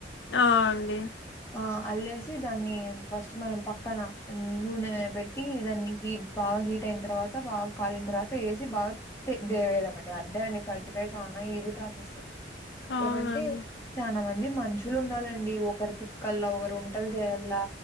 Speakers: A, on the left; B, on the left.
A: ఆ అండి.
B: ఆ అల్లేసి దాన్ని ఫస్ట్ మనం పక్కన నూనె బెట్టి దాన్ని హీట్ బాగ హీట్ అయిన్ తర్వాత్ త బాగా కాలిన్ తర్వాత ఏసి బాగ తే దేవేయడం అంతే అండి కజ్జికాయ చానా ఈజీ ప్రాసెసు.
A: అవునండి
B: ఏవంటే చానా మంది మనుషు లుండాలండి. ఒకరు తిక్కల్లా ఒగరు వంటల్ జేయల్లా,